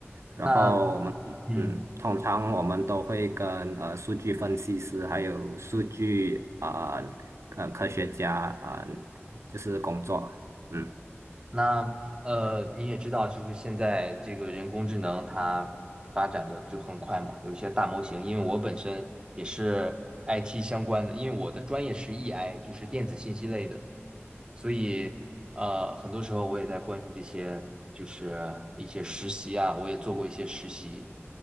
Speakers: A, on the right; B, on the right.
A: 然后我们嗯，
B: 那嗯，
A: 通常我们都会跟呃数据分析师还有数据啊呃，呃科学家啊、呃就是工作，嗯。
B: 那呃，你也知道，就是现在这个人工智能它发展的就很快嘛，有一些大模型。因为我本身也是 IT 相关的，因为我的专业是 EI，就是电子信息类的，所以呃，很多时候我也在关注这些，就是一些实习啊，我也做过一些实习。